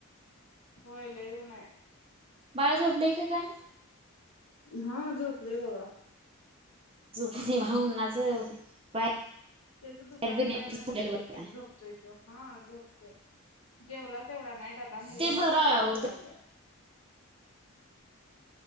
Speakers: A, on the left (about 75°); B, on the right (about 25°).
A: होय लय ऊन हाय
B: बाळ झोपलय का काय
A: हा झोपलोय बघा.
B: झोपू दे उन्हाचं बाहेर
A: त्याज दुपारी
B: फिरण्यापेक्षा
A: काय नसतय
B: झोपलेलं
A: किरकिर
B: बरं आहे
A: झोपतोय तो हा झोप जेवलात तेवढा नाही डब्बा नेलेला
B: ते
A: आहे
B: बरं
A: तसा
B: अहो
A: परत आणलाय.